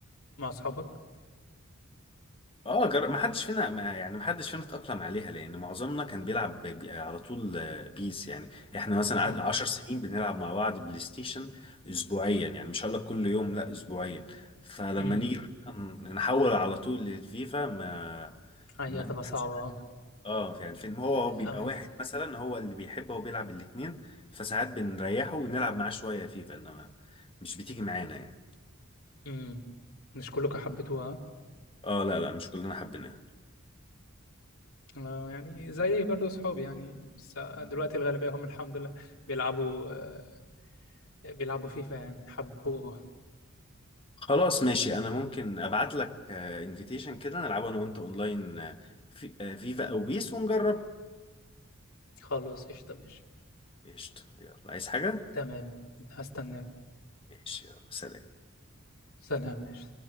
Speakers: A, on the left; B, on the left.
A: مع أصحابك؟
B: اه جر... ما حدش فينا ما يعني ما حدش فينا اتأقلم عليها لأن معظمنا كان بيلعب ب... ب- على طول آه، بيس يعني احنا مثلا
A: مم.
B: قعد- عشر سنين بنلعب مع بعض بلاي ستيشن أسبوعيا يعني مش هقول لك كل يوم لا أسبوعيا فلما
A: مم.
B: نيجي ن- نحول على طول للفيفا ما
A: هي
B: ما
A: هتبقى
B: ما
A: صعبة
B: جاتش معايا اه يعني فين هو بيبقى
A: اه يعني.
B: واحد مثلا هو اللي بيحب هو بيلعب الاتنين فساعات بنريحه ونلعب معاه شوية فيفا إنما مش بتيجي معانا يعني
A: امم مش كلكم حبيتوها
B: اه لا لا مش كلنا حبيناها
A: آه يعني زي برضو صحابي يعني بس آه، دلوقتي الغالبية هم الحمد لله بيلعبوا آه بيلعبوا فيفا يعني حبوها
B: خلاص ماشي انا ممكن ابعت لك انفيتيشن كده نلعبه انا وانت اونلاين آه، في آه، فيفا او بيس ونجرب
A: خلاص قشطة ماشي
B: قشطة يلا عايز حاجة
A: تمام هستناك
B: ماشي يلا سلام
A: سلام ماشي